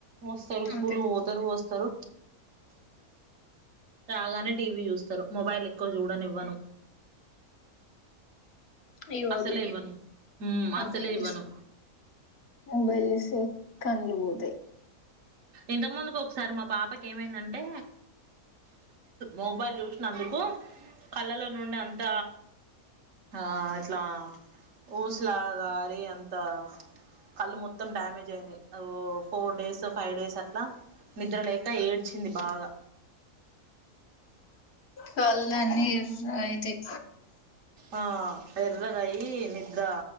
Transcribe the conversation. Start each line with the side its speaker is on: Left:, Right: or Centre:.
Right: వస్తారు స్కూల్
Left: అంతే
Right: పోతారు వస్తారు రాగానే టీవీ చూస్తారు మొబైల్ ఎక్కువ చూడనివ్వను
Left: ఇవ్వదు
Right: అసలే
Left: మరి
Right: ఇవ్వను మ్మ్
Left: మొబైల్
Right: అసలే ఇవ్వను
Left: ఇస్తే మొబైల్ సే కందిపోతై
Right: ఇంత ముందుకు ఒకసారి మా పాపకి ఏమైందంటే మొబైల్ చూసినందుకు కళ్ళలో నుండి అంత ఆ ఇట్లా ఊసలా గారి అంత కళ్ళు మొత్తం డ్యామేజ్ అయిందియి ఓ ఫోర్ డేస్ ఫైవ్ డేస్ అట్లా నిద్రలేక ఏడ్చింది బాగా
Left: కళ్ళన్నీ ఎర్ర అయితాయి
Right: ఆ ఎర్రగా అయి నిద్ర